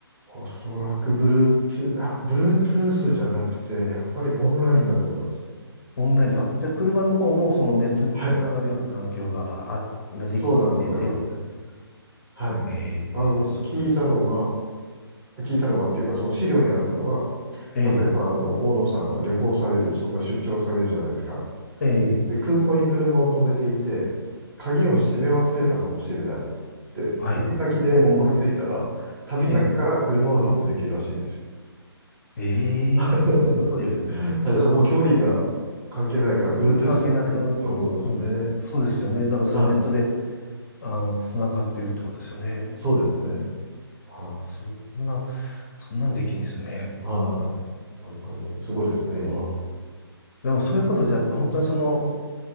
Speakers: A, on the right (about 15°); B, on the left (about 40°).
A: おそらく Bluetooth、あ、Bluetooth じゃなくて、やっぱりオンラインだと思います。
B: オンラインで、あ、じゃあ車の方もそのネットにつながるような環境が、
A: はい。
B: あ、ができててって感じ。
A: そうだと思います。はい。
B: ええすごい。
A: あの、聞いたのが、聞いたのがっていうか、その資料にあったのが、
B: ええ
A: 例えば、あの、大野さんが旅行される人が出張されるじゃないですか。
B: ええ
A: で、空港に車を止めていて、鍵を閉め忘れたかもしれないって、
B: うん、はい。
A: 旅先で思いついたら、
B: うん、
A: 旅先から車をロックできるらしいんですよ。
B: ええええすごいですね。
A: <laughs> はい、
B: え
A: だからもう距離が関係ないから、Bluetooth
B: え関係なく、
A: じゃないと思うんですよね。
B: うんうんうんそうですよね。だからそのネットで、
A: は
B: あの、つながってるってことですよね。
A: い。そうですね。は
B: そんな、そんなんできんですね。
A: い。はい。なんかもう、すごいですね、
B: うん。
A: 今。
B: でもそれこそじゃあ、本当にその、